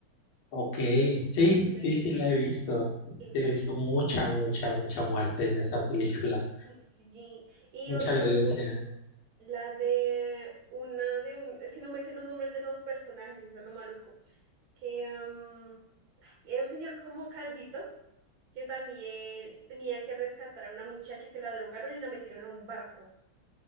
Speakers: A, on the left (about 75°); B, on the right (about 55°).
A: ok, sí,
B: ¿Te acuerdas
A: sí,
B: que
A: sí
B: me...
A: la he visto,
B: Esa.
A: sí lo he visto mucha, mucha, mucha muerte en esa película,
B: Mm, Sí, y
A: mucha
B: otra
A: violencia.
B: fue la de una de un, es que no me sé los nombres de los personajes, eso es lo maluco, que mm, era un señor como calvito que también tenía que rescatar a una muchacha que la drogaron y la metieron a un barco,